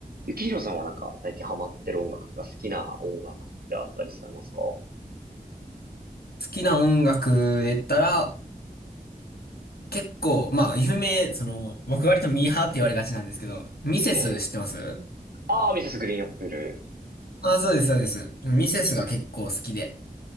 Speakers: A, on the right (about 75°); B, on the left (about 80°).
A: ゆきひろさんはなんか最近ハマってる音楽とか好きな音楽ってあったりされますか
B: 好きな音楽で言ったら、結構、まあ、有名、その、僕割とミーハーって言われがちなんですけど、ミセス知ってます
A: ええああミセスグリーンアップル。
B: あ、そうです、そうです。ミセスが結構好きで。